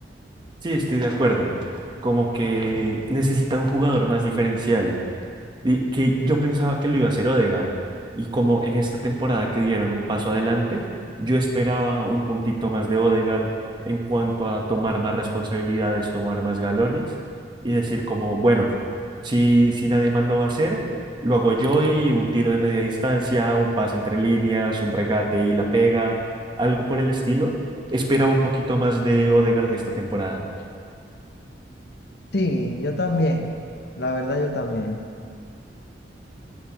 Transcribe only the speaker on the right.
Sí, estoy de acuerdo. Como que necesita un jugador más diferencial. Y que yo pensaba que lo iba a hacer Odegaard. Y como en esta temporada que dieron un paso adelante, yo esperaba un puntito más de Odegaard en cuanto a tomar más responsabilidades, tomar más galones y decir como, bueno, si, si nadie más lo va a hacer, lo hago yo y un tiro de media distancia, un pase entre líneas, un regate y la pega, algo por el estilo. Esperaba un poquito más de Odegaard de esta temporada.